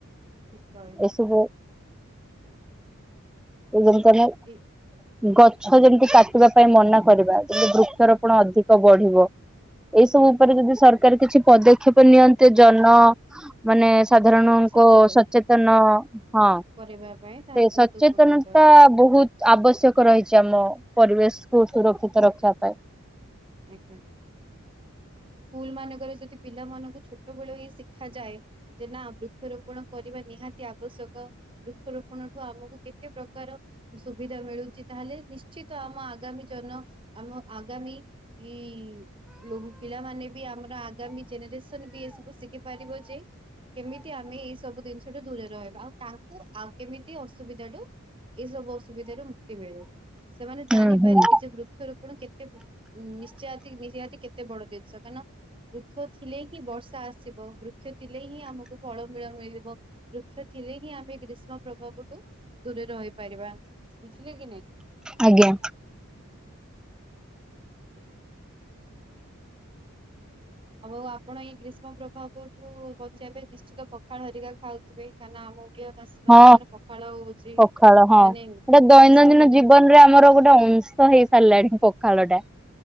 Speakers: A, on the right; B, in the centre.
A: କି କହିଲ
B: ଏସବୁ ଏମ ତମ
A: ଠିକ
B: ଗଛ ଯେମିତି କାଟିବା ପାଇଁ ମନା କରିବା ଯେିତି ବୃକ୍ଷରୋପଣ ଅଧିକ ବଢିବ ଏ ସମୟ
A: ଆଜ୍ଞା।
B: ଉପରେ ଯଦି ସରକାର ପ୍ରକାର କିଛି ପଦକ୍ଷେପ ନିଅନ୍ତେ ଜନ ମାନେ ସାଧାରଣଙ୍କ
A: ସ- ସଚେତନ
B: ସଚେତନ ହଁ
A: କରିବା ପାଇଁ ତାହେଲେ
B: ସେ
A: ବହୁତ ଉପକୃତ
B: ସଚେତନତା
A: ହେବେ
B: ବହୁତ ଆବଶ୍ୟକ ରହିଛି ଆମ ପରିବ ଦେଶକୁୁ ସୁରକ୍ଷିତ ରଖିବା ପାଇଁ
A: ଆଜ୍ଞା ସ୍କୁଲ ମାନଙ୍କରେ ପିଲାମାନଙ୍କୁ ଛୋଟବେେଳ ଇ ଶିଖାାଯାଏ ଯେ ନା ବୃକ୍ଷରୋପଣ କରିବା ନିହାତି ଅ ଆବଶ୍ୟକ ବୃକ୍ଷରୋପଣ ଠୁ ଆମକୁ କେତେ ପ୍ରକାର ସୁବିଧା ମିଳୁଛି ତାହେଲେ ନିଶ୍ଚିତ ଆମ ଆଗାମୀ ଜନ ଆମ ଆଗାମୀ ଏଇ ଲୁମ୍ ମାନେ ବି ଆମର ଆଗାମୀ ଜେନେରେସନ ବି ଏସବୁ ଶିଖି ପାରିବ ଯେ କେମିତି ଆମେ ଏଇ ସବୁ ଜିନିଷଠୁ ଦୂରରେ ରହିବା ଆଉ ତାଙ୍କୁ ଆଉ କେମିତି ଅସୁବିଧାଠୁ ଏସବୁ ଅ ସୁବିଧାରୁ ମୁକ୍ତି ମିଳିବ ସେମାନେ
B: ହୁଁ
A: ଜାଣିପାରିବେ
B: ହୁଁ।
A: ଯେ ବୃକ୍ଷରୋପଣ କେତେ ନିତି ନିହାତିେ ବଡ ଦିନିଷ କାହିଁନା ବୃକ୍ଷ ଥିଲେ ହି ବର୍ଷା ଆସିବ, ବୃ କ୍ଷ ଥିଲେ ହିଁ ଆମକୁ ଫଳ ମୂଳ ମିଳିବ। ବୃକ୍ଷ ଥିଲେ ହିଁ ଆମେ ଗ୍ରୀଷ୍ମ ପ୍ରଭାବ ଠୁ ଦୂରେ ରହି ପାରିବା ବୁଝିଲେ କି ନାଇଁ।
B: ଆଜ୍ଞା
A: <inaudible> <unintelligible> ଆପଣ ଏଇ ଗ୍ରୀଷ୍ମ ପ୍ରଭାବ ଠୁ ବଞ୍ଚିବା ପାଇଁ ନିଶ୍ଚିତ ପଖାଳ ହେରିକା ଖାଉଥୁବେ କାହିଁ ନା ଆମ ଓଡିଆ ବାସୀ ମାନଙ୍କର
B: ହଁ
A: ପଖାଳ ହଉଛି
B: ପଖାଳ ହଁ
A: ମାନେ
B: ସେଟା ଦୈନନ୍ଦିନ
A: ଗ୍ରୀଷ୍ମ ଦିନେ
B: ଜୀବନରେ ଆମର ଗୋଟେ ଅଂଶ ହେଇସାରିଲାଣି ପଖାଳ ଟା।